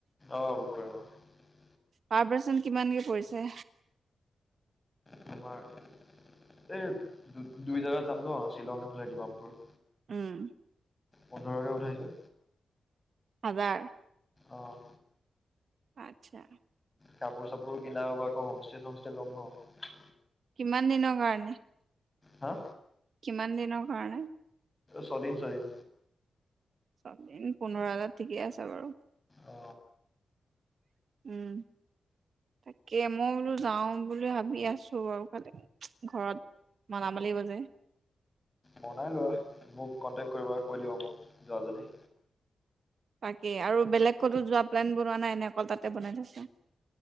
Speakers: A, on the left (about 20°); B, on the right (about 65°).
A: অ', বুক কৰিম অ'।
B: পাৰ পাৰ্চন কিমানকে পৰিছে?
A: তোমাৰ এই দু -দুই জোগাত যাম ন', শ্বিলং এফালে ডিমাপুৰ
B: উম।
A: পোন্ধৰকে উঠাইছে।
B: হাজাৰ
A: অ'।
B: আত্ছা।
A: কাপোৰ -চাপোৰো কিনা হ'ব আকৌ হোমষ্টে- চমষ্টে ল'ম ন'।
B: কিমান দিনৰ কাৰণে?
A: হা।
B: কিমান দিনৰ কাৰণে?
A: ছদীন -ছদীন।
B: চবমিলি পোন্ধৰ হেজাৰ ঠিকেই আছে বাৰু।
A: অ
B: উম। তাকে মই বোলো যাওঁ বুলি ভাবি আছো বাৰু খালি ঘৰত মনাব লাগিব যে
A: মনাই লোৱা মোক কণ্টেক্ট কৰিবা কৈ দিব মোক যোৱা যদি
B: বাকী আৰু বেলেগ কতো যোৱা প্লেন বনোৱা নাই এনে অকল তাতে বনাই থৈছোঁ